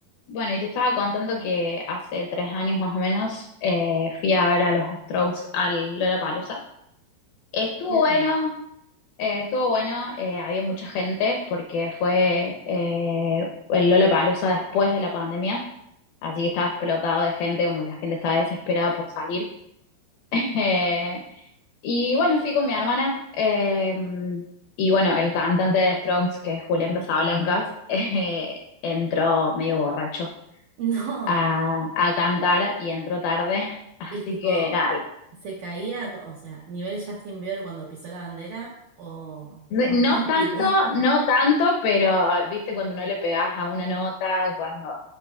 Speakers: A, on the left; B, on the right.
A: Bueno, y te estaba contando que hace tres años más o menos eh, fui a ver a los Strokes al Lollapalooza. Estuvo
B: Bien.
A: bueno, eh, estuvo bueno, eh, había mucha gente porque fue eh, el Lollapalooza después de la pandemia, así que estaba explotado de gente, como la gente estaba desesperada por salir. <laughs> Eh, y bueno, fui con mi hermana eh, y bueno, el cantante de Strokes, que es Julián Casablancas, <laughs> eh, entró medio borracho
B: No.
A: a, a cantar y entró tarde. <laughs> Así
B: Y tipo,
A: que nada, <laughs>
B: se caía, o sea, nivel Justin Bieber cuando pisó la bandera o más
A: no
B: tranquilo.
A: tanto, no tanto, pero viste cuando no le pegás a una nota, cuando